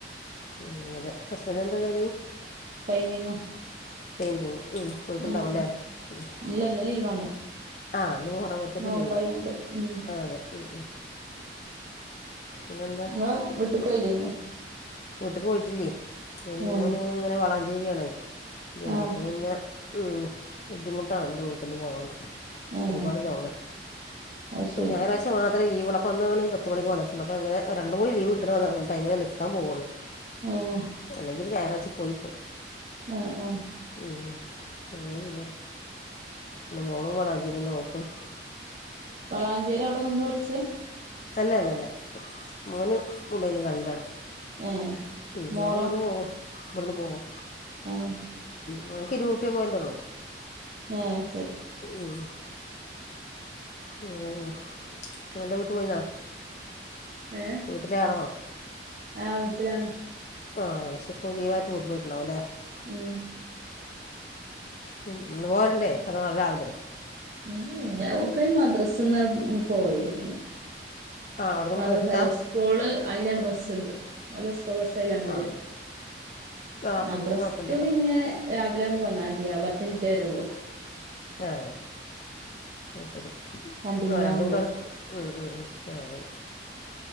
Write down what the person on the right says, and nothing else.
പൈനിങ്ങോ
ഉം
ഇല്ല ഇന്ന് ലീവാണ്
നോമ്പായോണ്ട്
ഉം
നിങ്ങള് വീട്ടിക്ക് പോയില്ലേനു
ഏഹ്
ആഹ്
ഏഹ്
അത് ശരി
ഏഹ്
ആഹ് ആഹ്
വാളാഞ്ചേരി അവിടെ നിന്ന് പഠിച്ചെ
ഏഹ്
മോളോ
ആഹ്
ആഹ് അത്ശെരി.
ഏഹ്
ആഹ് വീട്ടിലാണ്.
ഉം
ഉം ഓക് മദ്രാസിന്ന് പോയത് ഇവിടുന്ന്.
മദ്രസ
അല്ല സ്കൂള് അയില്ലാണ്ട് ബസൊണ്ട് ഓല് സ്കൂള് ബസേലാണ്ട്
വരും.
മദ്രസ്ക്ക്
പിന്നെ രാവിലെയാണ് പോന്നാ മതി പത്തിറ്റേരെ ഉള്ളൂ.
വണ്ടിമേലാവുമ്പേ